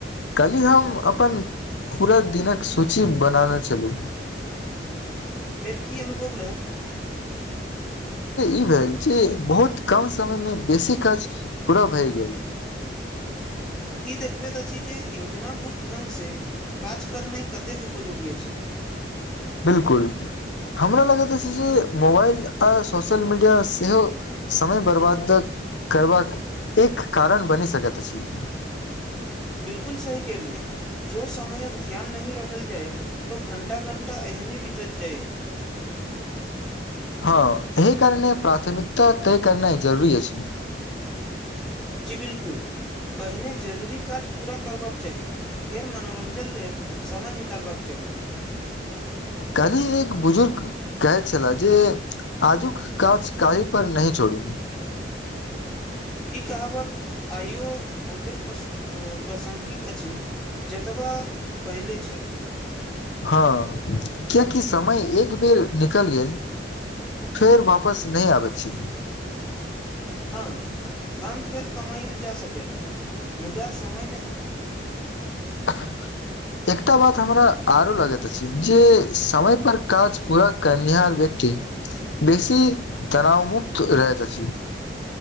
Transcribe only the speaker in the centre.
फेर की अनुभव रहल
ई देखबैत अछि जे योजना बुद्ध ढंग से काज करनाइ कतेक उपयोगी अछि
बिलकुल सही कलियै जो समयक ध्यान नहि रखल जाय तो घण्टा घण्टा एहने बितत जाय
जी बिलकुल पहिने जरूरी काज पूरा करबाक चाही फेर मनोरञ्जन लेल समय निकालबाक चाही
ई कहावत आइयो ओतेक प्रस प्रासङ्गिक अछि जतबा पहिले छल
हँ धन फेर कमाइल जा सकत मुदा समय नहि